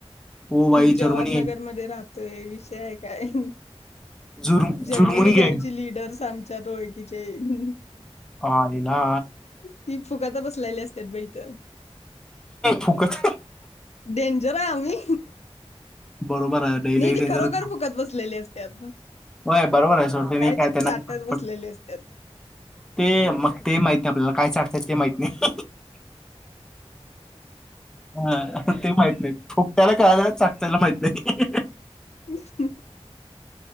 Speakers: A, in the centre; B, on the left (about 85°).
A: ओ भाई
B: जवाहरनगरमध्ये
A: जर्मनी आहे.
B: राहतोय विषय हाय काय
A: जुर्म
B: जर्मनी
A: जुर्मनी
B: गँंगची
A: गँग
B: लिडर्स आमच्यात ओळखीचे <inaudible>
A: आयला
B: ती फुकात बसल्याली अस त्यात बी त
A: फुकट
B: डेंजर आहे आम्ही
A: बरोबर आहे डलीडिलंय
B: नाही ती खरोखर फुकत बसलेली असतात
A: होय बरोबर आहे सोड काय
B: तर
A: त्यांना
B: चाटत बसलेली असतात.
A: ते मग ते माहिती नाय आपल्याला काय चाटत्यात ते माहित नाही हा ते माहित नाहीत फुकट्याला काला चा त्याला माहित नाय
B: <inaudible>